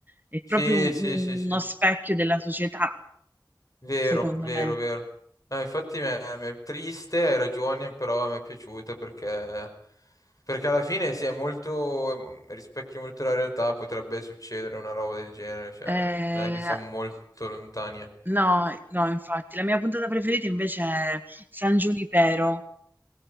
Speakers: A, on the right (about 25°); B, on the left (about 50°).
A: è proprio
B: sì,
A: un-
B: sì, sì, sì,
A: uno specchio della società,
B: vero,
A: secondo
B: vero,
A: me.
B: vero. No, infatti mi è, mi è triste, hai ragione, però mi è piaciuta perché, perché alla fine si è molto, rispecchia molto la realtà, potrebbe succedere una roba del genere, cioè,
A: Eh,
B: non è che siamo molto lontani. eh.
A: no, no, infatti, la mia puntata preferita invece è San Giunipero.